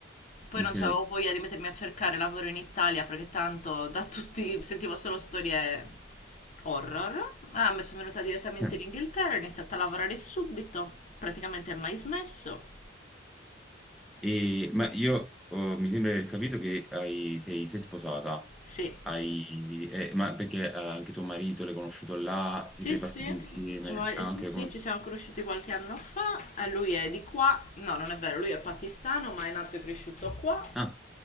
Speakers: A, on the left; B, in the centre.
A: Poi
B: ok.
A: non avevo voglia di mettermi a cercare lavoro in Italia perché tanto da tutti sentivo solo storie horror. Allora mi sono venuta direttamente
B: Eh.
A: in Inghilterra, ho iniziato a lavorare subito, praticamente mai smesso.
B: E- ma io oh, mi sembra di aver capito che hai- sei, sei sposata,
A: Sì,
B: hai, eh, ma perché eh, anche tuo marito l'hai conosciuto là,
A: sì,
B: siete
A: sì,
B: partiti insieme?
A: mio mari-
B: Ah,
A: sì,
B: anche
A: sì,
B: l'hai conosciuto.
A: ci siamo conosciuti qualche anno fa. Eh, Lui è di qua, no, non è vero, lui è pakistano, ma è nato e cresciuto qua.
B: Ah,